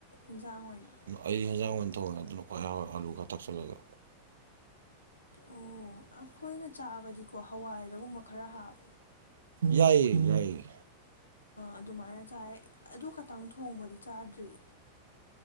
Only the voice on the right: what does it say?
ꯑꯩ ꯍꯦꯟꯖꯥꯡ ꯑꯣꯏꯅ ꯊꯣꯡꯉꯦ ꯑꯗꯨꯅ ꯈꯋ꯭ꯥꯏ ꯍꯥꯎꯔꯦ ꯑꯥꯂꯨ ꯈꯔꯥ ꯊꯥꯛꯆꯜꯂꯒ
ꯌꯥꯏꯌꯦ ꯌꯥꯏꯌꯦ